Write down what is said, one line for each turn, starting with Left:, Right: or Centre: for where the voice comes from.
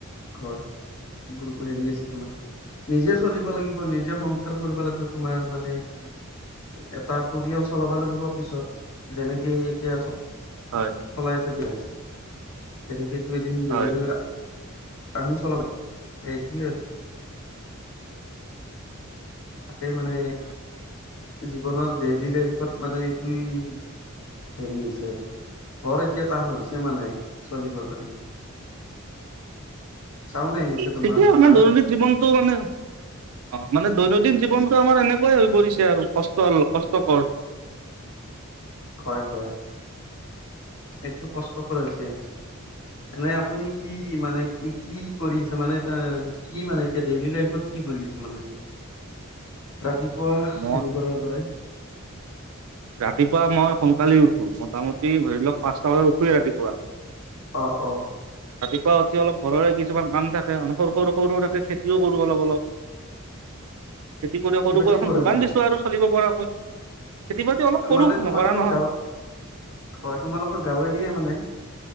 Left: হয় গ্ৰুপ হেৰি আছে তোমাৰ নিজে চলিব লাগিব নিজে সংসাৰ কৰিব লাগিব তোমাৰ মানে এটা পৰিয়াল চলাব লাগিব পিছত যেনেকে এতিয়া
Right: হয়
Left: চলাইছে বিলাইছে তেনেকেটো এদিন বেলেগে
Right: হয়
Left: আমিও চলাব এইটোৱেই আৰু কে মানে জীৱনৰ ডেইলি লাইফত মানে এইটোয়েই হেৰি হৈছে বৰ এতিয়া টান হৈছে মানে চলিবৰ কাৰণে চাউন আহি আছে তোমাৰ
Right: ঠিকেই আছে
Left: কিবা
Right: দৈনন্দিন জীৱনটো মানে অ মানে দৈনন্দিন জী জীৱনটো আমাৰ এনেকুৱাই হৈ পৰিছে আৰু কষ্ট অল কষ্টকৰ
Left: হয় হয় এইটো কষ্ট পুৰা হৈছে এনে আপুনি কি মানে কি কি কৰি আছে মানে এটা কি মানে এতিয়া ডেইলি লাইফত কি কৰি কিছুমানে ৰাতিপুৱা
Right: মই
Left: হেৰি কৰাৰ পৰাই
Right: ৰাতিপুৱা মই সোনকালে উঠো মোটামুটি ধৰি লওক পাঁচটা বজাত উঠোৱেই ৰাতিপুৱা
Left: অ অ
Right: ৰাতিপুৱাই উঠি অলপ ঘৰৰে কিছুমান কাম থাকে, সৰু সৰু সৰু থাকে খেতিও কৰো অলপ অলপ। খেতি কৰি সৰুকৈ
Left: বাতি
Right: এখন
Left: কৰে
Right: দোকান
Left: মানে
Right: দিছো আৰু চলিব পৰাকৈ। খেতি বাতি অলপ কৰো
Left: মানে তোমালোকৰ
Right: নকৰা নহয়
Left: গাঁও, হয় তোমালোকৰ গাওঁ এৰিয়া মানে?